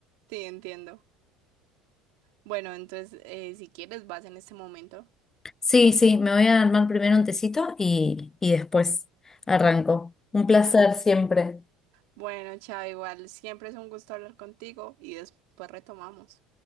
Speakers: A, on the right (about 75°); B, on the left (about 20°).
A: Sí, entiendo. Bueno, entonces, eh, si quieres, vas en este momento.
B: Sí, sí, me voy a armar primero un tecito y, y después arranco. Un placer siempre.
A: Bueno, chao, igual, siempre es un gusto hablar contigo y después retomamos.